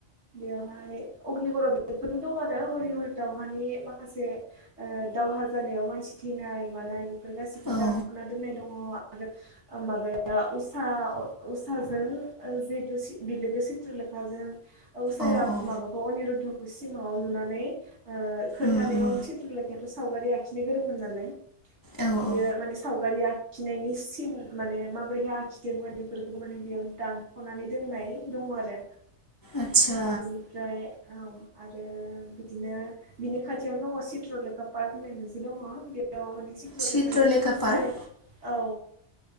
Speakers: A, on the right (about 70°); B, on the left (about 30°).
A: बेवहाय अग्निगराव बेफोरनो दं आरो हरि हरि दाावहानि माखासे दउ खहा जानायाव मानसि थैनाय मानाय बेफोर गाससिखौबो
B: औ
A: दानख'ना दोननाय दङ आरो। माबाया उसा उसाजों जिहेतु बिल सिथ्रलेखाजों उसाया
B: अ अ
A: माबाखौ अनिरुधखौ सिमाङाव नुनानै खोन्थानायाव
B: उम उम
A: सिद्र लेखा सावगारि आखिनो गोरोंमोन नालाय
B: औ
A: बियो
B: औ
A: माने सावगारि आखिनायनि सिन माने माबोरैहाय आखिदोंमोन बेफोरखौ माने बेयाव दानख'नानै दोननाय दङ आरो।
B: आदसा
A: बिनिफ्राय आरो बिदिनो बिनि खाथियावनो दङ चत्रलेखा पार्क होननाय मोनसे दङ बे औ माने सिट्र
B: चित्रलेखा
A: लेखानि माखासे
B: पार्क
A: औ